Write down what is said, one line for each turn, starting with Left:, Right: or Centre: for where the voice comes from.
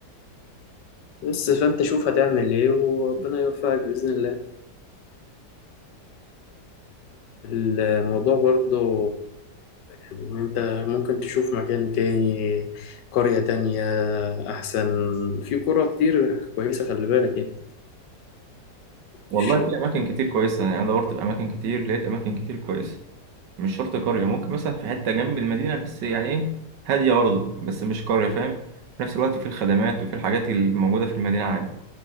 Left: بس فأنت شوف هتعمل إيه وربنا يوفقك بإذن الله الموضوع برضو يعني إن أنت ممكن تشوف مكان تاني قرية تانية أحسن في قرى كتير كويسة خلي بالك يعني
Right: والله
Left: الشغل
Right: في اماكن كتير كويسه يعني انا دورت في اماكن كتير لقيت اماكن كتير كويسه مش شرط قريه ممكن مثلا في حته جنب المدينه بس يعني ايه هاديه برضه بس مش قريه فاهم في نفس الوقت في الخدمات وفي الحاجات الموجوده في المدينه عادي